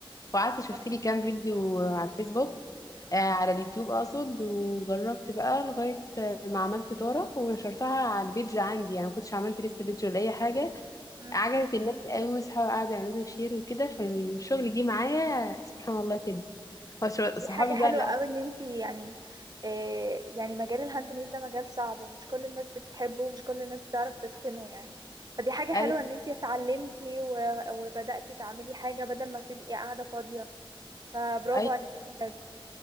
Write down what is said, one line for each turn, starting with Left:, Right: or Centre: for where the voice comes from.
Left: وقعدت شفت
Right: آه.
Left: لي كام فيديو على الفيسبوك آه على اليوتيوب اقصد وجربت بقى لغايه ما عملت طاره ونشرتها على البيج عندي يعني ما كنتش عملت لسه بيج ولا اي حاجه
Right: مم.
Left: عجبت الناس قوي واصحابي قعدوا يعملوا شير وكده فالشغل جه معايا سبحان الله كده هو شو-
Right: دي
Left: صحابي
Right: حاجة حلوة
Left: بقى اللي
Right: قوي
Left: قعدوا-
Right: ان انتي يعني آه يعني مجال الهاند ميد ده مجال صعب ومش كل الناس بتحبه ومش كل الناس بتعرف تتقنه يعني فدي حاجة حلوة
Left: ايوه
Right: ان انتي اتعلمتي و- وبدأتي تعملي حاجة بدل ما تبقي قاعدة فاضية فبرافو
Left: ايوه
Right: عليكي بجد